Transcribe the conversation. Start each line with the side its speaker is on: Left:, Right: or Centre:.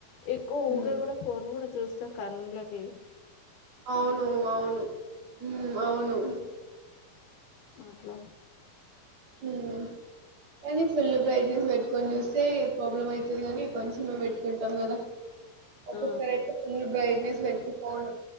Left: ఎక్కువ ఊకే
Right: మ్మ్
Left: కూడా ఫోన్ కూడా చూస్తా కండ్లకి
Right: అవును అవును మ్ అవును
Left: మాట్ల
Right: ఉమ్ కానీ ఫుల్ బ్రైట్నెస్ పెట్టుకుని చూస్తే ప్రాబ్లమ్ అయితది కాని కొంచమే పెట్టుకుంటాం కదా ఒక్కోకసారైతే
Left: ఆ
Right: ఫుల్ బ్రైట్నెస్ పెట్టుకోను